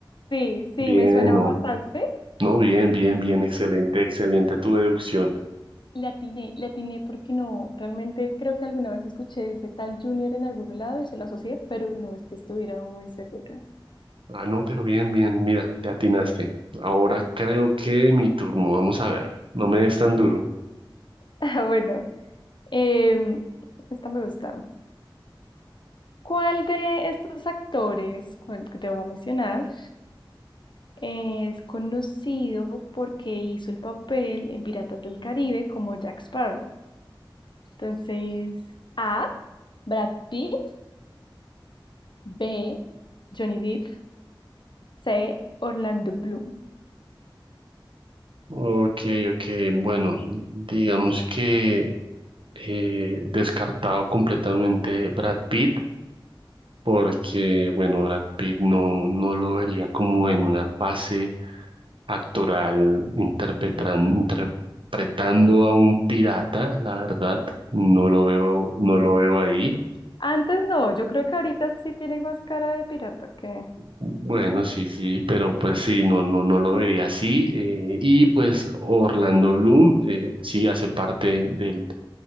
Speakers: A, on the left; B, on the right.
A: sí, sí,
B: Bien,
A: me suena
B: no,
A: bastante.
B: no, bien, bien, bien, excelente, excelente tu deducción.
A: Le atiné, le atiné porque no, realmente creo que alguna vez escuché ese tal Junior en algún lado y se lo asocié, pero no es que estuviera muy segura. <laughs>
B: Ah, no, pero bien, bien, mira, le atinaste. Ahora creo que mi turno, vamos a ver, no me des tan duro.
A: Ah, Bueno, em, esta me gusta. ¿Cuál de estos actores, cuál que te voy a mencionar, es conocido porque hizo el papel en Piratas del Caribe como Jack Sparrow? Entonces, A, Brad Pitt, B, Johnny Depp, C, Orlando Bloom.
B: Ok, ok, bueno, digamos que eh, descartado completamente Brad Pitt, porque, bueno, Brad Pitt no, no lo vería como en una fase actoral interpretan- interpretando a un pirata, la verdad, no lo veo, no lo veo ahí.
A: Antes no, yo creo que ahorita sí tienen más cara de pirata que...
B: Bueno, sí, sí, pero pues sí, no, no, no lo vería así. eh, y pues Orlando Bloom eh, sí hace parte del,